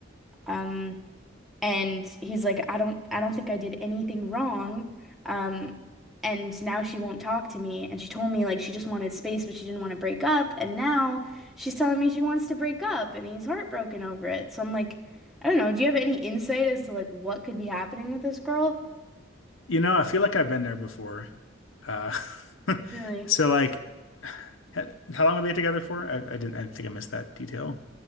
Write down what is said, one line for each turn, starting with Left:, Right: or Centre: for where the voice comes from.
Centre: Um, and he's like, I don't I don't think I did anything wrong. Um, and now she won't talk to me. And she told me like she just wanted space, but she didn't want to break up. And now she's telling me she wants to break up and he's heartbroken over it. So I'm like, I don't know, do you have any insight as to like what could be happening with this girl?
Left: you know, I feel like I've been there before. Uh, <laughs>
Centre: Really?
Left: so like, h- how long have we been together for? I, I didn't I think I missed that detail.